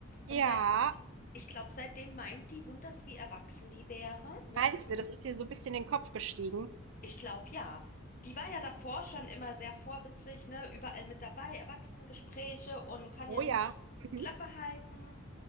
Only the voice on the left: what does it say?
und
seit, ich glaube, seitdem meint die wunders, wie erwachsen die wäre, ne?
Ich
Ich glaube ja. Die war ja davor schon immer sehr vorwitzig, ne? Überall mit dabei, Erwachsenengespräche und kann
ja nie
die
Klappe halten.